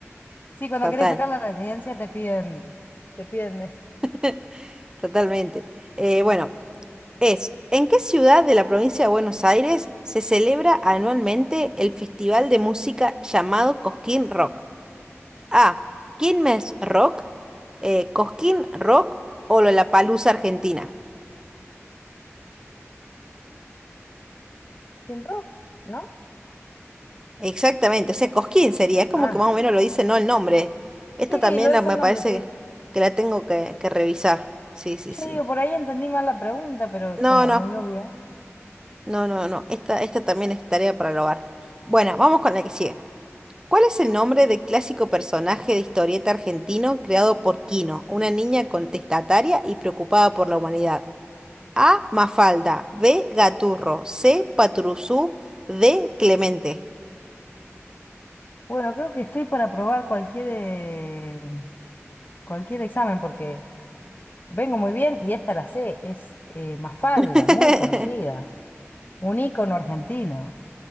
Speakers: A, on the right (about 15°); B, on the left (about 40°).
A: <laughs>
B: sí, cuando querés
A: total,
B: sacar la residencia te piden, te piden eso.
A: <laughs> totalmente. Eh, bueno, es, ¿en qué ciudad de la provincia de Buenos Aires se celebra anualmente el festival de música llamado Cosquín Rock? A. Quilmes Rock, eh, Cosquín Rock o Lollapalooza Argentina.
B: ¿Kinro? ¿No?
A: Exactamente, o sea, Cosquín sería, es como
B: Ah,
A: que más o menos lo dice, no el nombre. Esta
B: sí,
A: también
B: lo
A: la-
B: dice
A: me
B: el
A: parece
B: nombre, sí.
A: que, que la tengo que, que revisar. Sí, sí,
B: Yo
A: sí.
B: digo, por ahí entendí mal la pregunta, pero
A: No,
B: es como
A: no,
B: muy obvia.
A: no, no, no. Esta, esta también es tarea para el hogar. Bueno, vamos con la que sigue. ¿Cuál es el nombre del clásico personaje de historieta argentino creado por Quino, una niña contestataria y preocupada por la humanidad? A. Mafalda, B. Gaturro, C. Paturuzú, D. Clemente.
B: Bueno, creo que estoy para probar cualquier, eh, cualquier examen porque... Vengo muy bien y esta la sé, es eh, Mafalda,
A: <laughs>
B: muy conocida, un ícono argentino.